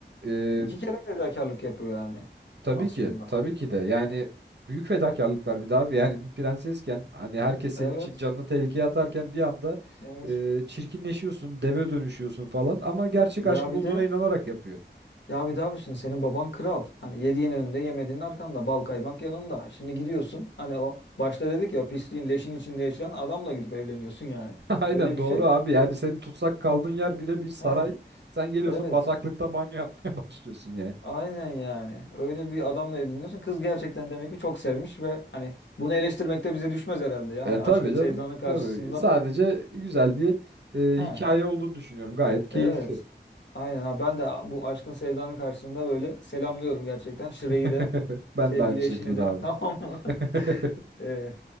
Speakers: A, on the right; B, on the left.
A: e,
B: İki kere fedakarlık yapıyor yani
A: tabii
B: aslında.
A: ki tabii ki de yani büyük fedakarlıklar bir daha abi. Yani bir prensesken hani herkes senin
B: Evet.
A: için canını tehlikeye atarken bir anda
B: Evet.
A: e, çirkinleşiyorsun, deve dönüşüyorsun falan ama gerçek
B: Ya
A: aşkı bulduğuna
B: bir de
A: inanarak yapıyor.
B: Ya bir daha bir şimdi senin baban kral. Hani yediğin önünde yemediğin arkanda bal kaymak yanında. Şimdi gidiyorsun hani o başta dedik ya o pisliğin leşin içinde yaşayan adamla gidip evleniyorsun yani.
A: Aynen
B: Öyle bir
A: doğru
B: şey.
A: abi. Yani senin tutsak kaldığın yer bile bir saray.
B: Ha
A: Sen geliyorsun
B: evet
A: bataklıkta banyo yapmaya <laughs> başlıyorsun yani.
B: aynen yani öyle bir adamla evleniyorsun. Kız gerçekten demek ki çok sevmiş ve hani bunu eleştirmek de bize düşmez herhalde ya.
A: E
B: Hani
A: tabii
B: aşkın
A: canım.
B: sevdanın karşısında.
A: Tabii. Sadece güzel bir
B: Ha
A: e, hikaye olduğunu düşünüyorum. Gayet keyifli.
B: evet Aynen abi ben de bu aşkın sevdanın karşısında böyle selamlıyorum gerçekten. Şire'yi
A: <laughs>
B: de
A: Ben
B: sevgili
A: de aynı şekilde
B: eşini de
A: abi.
B: <laughs> tamam mı?
A: <laughs>
B: Ee,